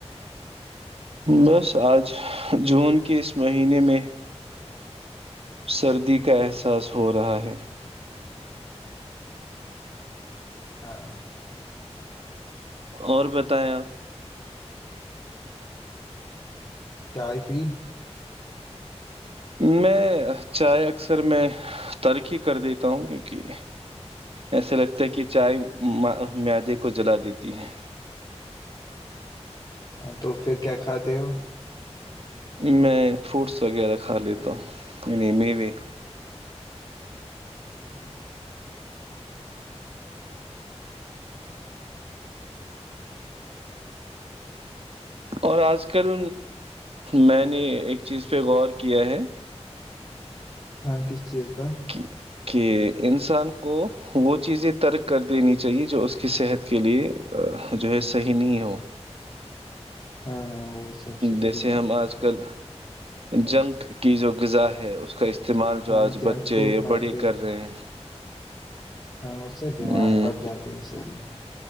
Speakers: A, on the right (about 60°); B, on the left (about 40°).
A: بس آج جون کے اس مہینے میں سردی کے کا احساس
B: ہاں
A: ہو رہا ہے
B: ہاں
A: اور بت ہے آپ
B: چائے پی
A: میں چائے اکثر میں ترقی کر دیتا ہوں کیونکہ ایسا لگتا ہے کہ چائے میادے کو جلا دیتی ہے
B: تو پھر کیا کھاتے ہو
A: میں فروٹس وغیرہ کھا لیتا ہوں یعنی میوے
B: ہاں ہاں
A: اور آج کل میں نے ایک چیز پہ غور کیا ہے
B: ہاں کس چیز پر
A: کہ کہ انسان کو وہ چیزیں ترک کر دینی چاہیے جو اس کی صحت کے لیے جو ہے صحیح نہیں ہو
B: ہاں ہاں سب سے بڑی
A: جیسے
B: بات
A: ہم
B: ہے
A: آج کل جنک کی جو غذا ہے اس کا استعمال جو
B: ہاں
A: آج
B: جنک
A: بچے
B: فوڈ
A: یا
B: کھاتے
A: بڑے کر رہے ہیں
B: ہاں اس سے بیمار
A: ہ
B: پڑ جاتے اسے بھی